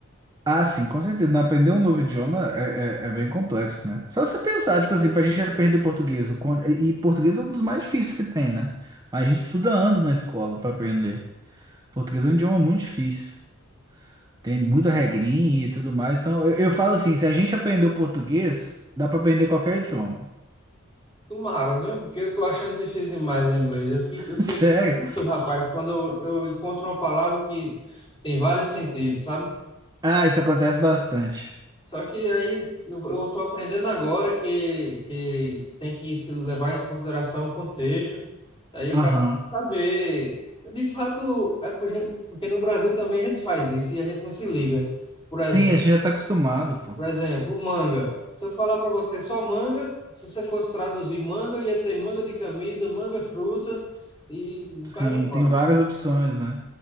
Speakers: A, on the right (about 20°); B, on the left (about 20°).
A: Ah, sim, com certeza. Não, aprender um novo idioma é, é, é bem complexo, né? Só você pensar, tipo assim, pra gente aprender português. o quan- E e português é um dos mais difíceis que tem, né? Mas a gente estuda anos na escola pra aprender. Português é um idioma muito difícil. Tem muita regrinha e tudo mais. Então, eu, eu falo assim, se a gente aprender o português, dá pra aprender qualquer idioma.
B: Tomara, né? Porque eu tô achando difícil demais o inglês. Eu fico,
A: <laughs>
B: eu
A: Sério?
B: fico muito, rapaz, quando eu, eu encontro uma palavra que tem vários sentidos, sabe?
A: Ah, isso acontece bastante.
B: Só que aí eu eu tô aprendendo agora que, que tem que se levar em consideração o contexto. Aí o
A: Aham.
B: cara tem que saber. De fato, é por gente- porque no Brasil também a gente faz isso e a gente não se liga. Por exemplo,
A: Sim, a gente já tá acostumado, pô.
B: por exemplo, manga. Se eu falar para você só manga, se você fosse traduzir manga, ia ter manga de camisa, manga fruta e um
A: Sim,
B: cara de manga.
A: tem várias opções, né?